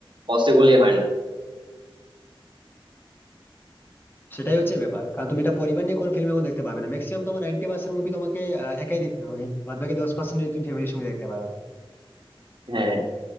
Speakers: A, on the right; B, on the left.
A: পসিবলই হয় না
B: সেটাই হচ্ছে ব্যাপার কারণ তুমি এটা পরিবার নিয়ে কোনো ফিল্ম এখন দেখতে পাবে না ম্যাক্সিমাম তোমার নাইনটি পার্সেন্ট মুভি তোমাকে আহ, একাই দেখতে হবে বাদ বাকি দশ পার্সেন্ট যদি তুমি ফ্যামিলির সঙ্গে দেখতে পারো তো
A: হ্যাঁ